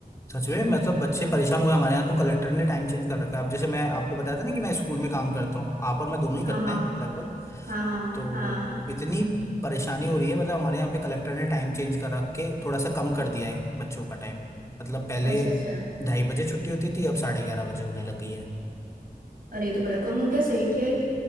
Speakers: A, on the left; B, on the right.
A: सच में मतलब बच्चे परेशान हो गए हमारे यहाँ तो कलेक्टर ने टाइम चेंज कर रखा है अब जैसे मैं आपको बताया था ना कि मैं स्कूल में काम करता हूँ आप और मैं दोनों ही
B: हाँ
A: करते
B: हाँ
A: हैं लगभग
B: हाँ हाँ
A: तो
B: हाँ
A: इतनी परेशानी हो रही है मतलब हमारे यहाँ पे कलेक्टर ने टाइम चेंज कर रख के थोड़ा सा कम कर दिया है बच्चों का टाइम मतलब पहले
B: अच्छा अच्छा
A: ढाई बजे छुट्टी होती थी अब साढ़े ग्यारह बजे होने लगी है
B: अरे ये तो बड़ा कम हो गया सही किया ये